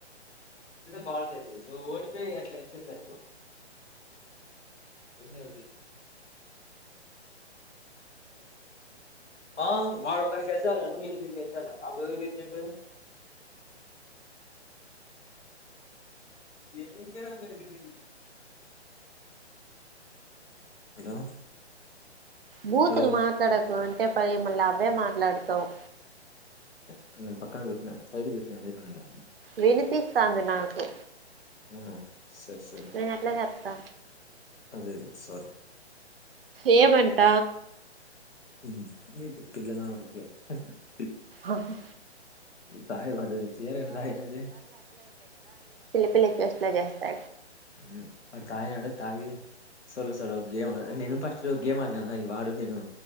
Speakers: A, on the left; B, on the right.
A: బాగుండేది నువ్వు ఓడిపోయి అట్లా చెప్పలేదు <unintelligible> ఆ వాడొకటి గల్చాల నువ్ ఎనిమిది గలచాల అప్పుడు ఎవరు గెలిచిండు <unintelligible> హలో
B: బూతులు
A: హలో
B: మాట్లాడకు అంటే పై మళ్ళీ అవే మాట్లాడుతావు
A: అని నేను పక్కకు పెట్టినా సైడ్ పెట్టినా అదే పనిగా
B: వినిపిస్తాంది నాకు
A: అవునా సరే సరే
B: నేను ఎట్లా చెప్తా
A: అదే అదే సారీ
B: ఏమంట
A: <inaudible>
B: ఆహా
A: తాయ్ వడ్డది <inaudible> తాగినారే
B: పిల్ల చేష్టలే చేస్తా
A: ఊ ఆడు తాగాడా తాగి సొలు సొలో గేమ్ నేను ఫస్ట్ లో గేమ్ అడినాను అయ్ వాడూ నేను